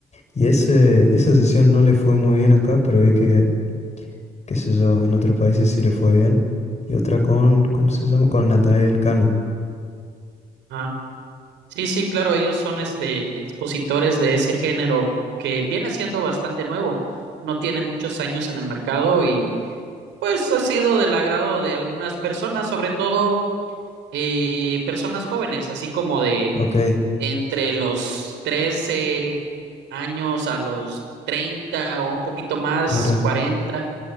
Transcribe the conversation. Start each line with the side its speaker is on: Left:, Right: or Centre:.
Left: Y ese, esa sesión no le fue muy bien acá, pero vi que, qué sé yo, en otros países sí le fue bien. Y otra con, ¿cómo se llama? Con Natanael Cano.
Right: Ajá. Sí, sí, claro, ellos son este expositores de ese género que viene siendo bastante nuevo, no tiene muchos años en el mercado y pues ha sido del agrado de algunas personas, sobre todo eh, personas jóvenes, así como de,
Left: Ok,
Right: de entre los trece años a los 30 o un poquito más,
Left: mira.
Right: cuarenta